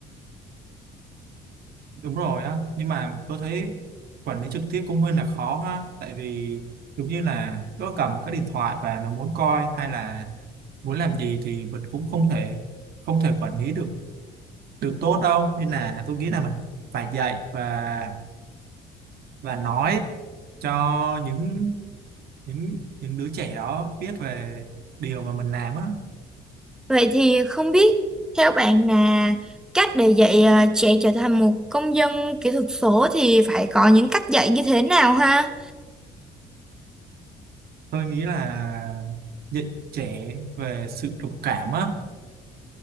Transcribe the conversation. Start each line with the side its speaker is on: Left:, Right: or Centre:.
Right: đúng rồi á nhưng mà tôi thấy quản lý trực tiếp cũng hơi là khó ha tại vì giống như là nó cầm một cái điện thoại và nó muốn coi hay là muốn làm gì thì mình cũng không thể không thể quản lý được được tốt đâu nên là tôi nghĩ là mình phải dạy và và nói cho những những những đứa trẻ đó biết về điều mà mình làm á
Centre: Vậy thì không biết theo bạn là cách để dạy à, trẻ trở thành một công dân kỹ thuật số thì phải có những cách dạy như thế nào ha?
Right: tôi nghĩ là dạy trẻ về sự đồng cảm á